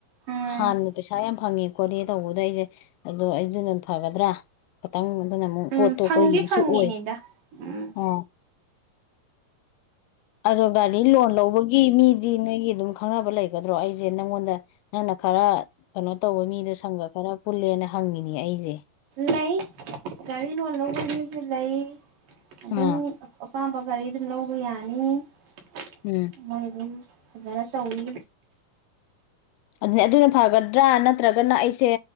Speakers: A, on the right (about 65°); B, on the left (about 85°).
A: ꯎꯝ
B: ꯍꯥꯟꯅ ꯄꯩꯁꯥ ꯌꯥꯝ ꯐꯪꯉꯦ ꯈꯣꯠꯂꯦ ꯇꯧꯕꯗꯨꯗ ꯑꯩꯁꯦ ꯑꯗꯣ ꯑꯩꯗꯨꯅ ꯐꯒꯗ꯭ꯔꯥ ꯈꯇꯪ ꯅ ꯑꯗꯨꯅ ꯃꯨꯛ
A: ꯎꯝ
B: ꯄꯣꯠꯇꯣ ꯑꯩꯈꯣꯏꯒꯤꯃꯨꯛꯁꯨ
A: ꯐꯪꯗꯤ ꯐꯪꯉꯤꯅꯤꯗ
B: ꯑꯣꯏ
A: ꯎꯝ
B: ꯑ ꯑꯗꯣ ꯒꯥꯔꯤ ꯂꯣꯟ ꯂꯧꯕꯒꯤ ꯃꯤꯗꯤ ꯅꯣꯏꯒꯤ ꯑꯗꯨꯝ ꯈꯪꯅꯕ ꯂꯩꯒꯗ꯭ꯔꯣ ꯑꯩꯖꯦ ꯅꯪꯉꯣꯟꯗ ꯅꯪꯅ ꯈꯔ ꯀꯩꯅꯣ ꯇꯧꯕ ꯃꯤꯗꯣ ꯁꯪꯒ ꯈꯔ ꯄꯨꯜꯂꯦꯅ ꯍꯪꯉꯤꯅꯦ ꯑꯩꯖꯦ
A: ꯂꯩ <unintelligible> ꯒꯥꯔꯤ ꯂꫭꯅ <unintelligible> ꯂꯧꯕꯩ ꯃꯤꯕꯨꯗꯤ ꯂꯩ <unintelligible> ꯑꯗꯨꯝ
B: ꯑꯥ
A: <unintelligible> ꯑꯄꯥꯝꯕ ꯒꯥꯔꯤ ꯑꯗꯨꯝ ꯂꯧꯕ ꯌꯥꯅꯤ <unintelligible>
B: ꯎꯝ
A: ꯃꯣꯏ ꯗꯨꯝ ꯐꯖꯅ ꯇꯧꯋꯤ
B: ꯑꯗꯅꯦ ꯑꯗꯨꯅ ꯐꯒꯗ꯭ꯔꯥ ꯅꯠꯇ꯭ꯔꯒꯅ ꯑꯩꯁꯦ